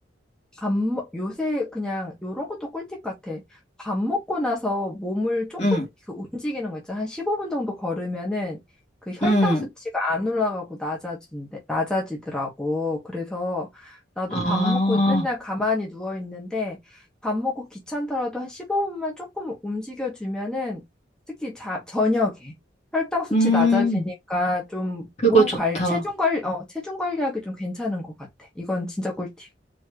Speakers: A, in the centre; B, on the left.
A: 밥, 먹- 요새 그냥 요런 것도 꿀팁 같아. 밥 먹고 나서 몸을 조금
B: 응,
A: 그 움직이는 거 있잖아. 한 15분 정도 걸으면은 그 혈당
B: 응.
A: 수치가 안 올라가고 낮아진대, 낮아지더라고. 그래서 나도
B: 아,
A: 밥 먹고 맨날 가만히 누워 있는데 밥 먹고 귀찮더라도 한 15분만 조금 움직여 주면은 특히 자, 저녁에 혈당 수치
B: 음,
A: 낮아지니까 좀
B: 그거
A: 몸
B: 좋다.
A: 관 체중 관리, 어, 체중 관리하기 좀 괜찮은 것 같아. 이건 진짜 꿀팁.